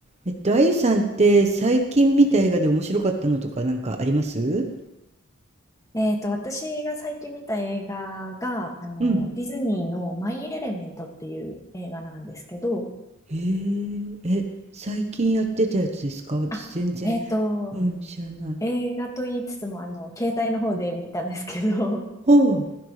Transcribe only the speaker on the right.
えっと、あゆさんって最近見た映画で面白かったのとかなんかあります
うん。
へえ、え、最近やってたやつですか私全然、
うん、知らない。
ほう、